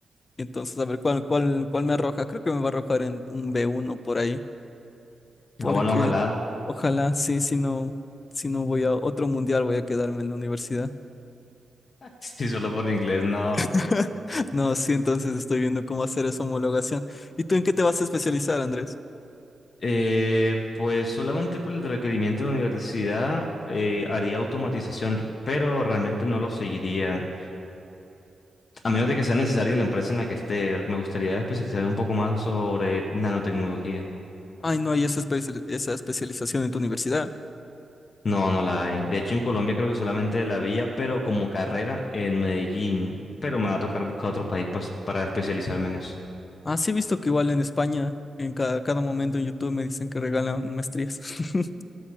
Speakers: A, on the left; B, on the left.
A: Entonces, a ver cuál, cuál, cuál me arroja. Creo que me va a arrojar en un b uno por ahí. porque
B: Ah, bueno, ojalá. <laughs>
A: ojalá sí, si no, si no voy a otro mundial, voy a quedarme en la universidad.
B: Si solo por inglés, no.
A: <laughs> No, sí, entonces estoy viendo cómo hacer esa homologación. ¿Y tú en qué te vas a especializar, Andrés?
B: Eh, pues solamente por el requerimiento de la universidad eh, haría automatización, pero realmente no lo seguiría. A menos de que sea necesario en la empresa en la que esté, me gustaría especializarme un poco más sobre nanotecnología.
A: Ay, no hay esa, espe- esa especialización en tu universidad.
B: No, no la hay. De hecho, en Colombia creo que solamente la había, pero como carrera en Medellín. Pero me va a tocar buscar otro país pas- para especializarme en eso.
A: Ah, sí, he visto que igual en España, en cada, cada momento en YouTube me dicen que regalan maestrías. <laughs>